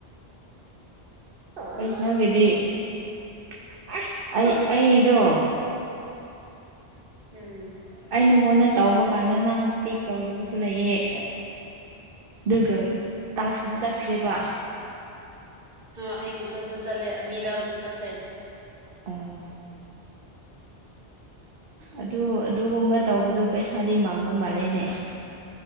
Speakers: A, on the right; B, on the right.
A: ꯀꯩꯁꯅꯒꯗꯤ <inaudible> <unintelligible> ꯑꯩ ꯑꯩꯗꯣ
B: ꯎꯝ
A: ꯑꯩ ꯅꯪꯉꯣꯟꯗ ꯇꯧꯕ ꯀꯥꯟꯗ ꯅꯪ ꯄꯤꯛ ꯇꯧꯗꯕꯁꯨ ꯂꯩꯌꯦ ꯑꯛ ꯑ ꯑꯗꯨꯒ ꯇꯥꯁ꯭ꯛ ꯗꯤ ꯆꯠꯈ꯭ꯔꯦꯕ
B: ꯍꯥ ꯑꯩꯒꯤꯁꯨ ꯑꯗꯨꯝ ꯆꯠꯂꯦ ꯑꯅꯤꯔꯛ ꯑꯗꯨꯝ ꯆꯠꯈ꯭ꯔꯦ
A: ꯎꯨꯝ ꯑꯗꯨ ꯑꯗꯨꯒꯨꯝꯕ ꯇꯧꯕꯗꯣ ꯄꯩꯁꯥꯗꯤ ꯃꯥꯡꯕ ꯃꯥꯜꯂꯦꯅꯦ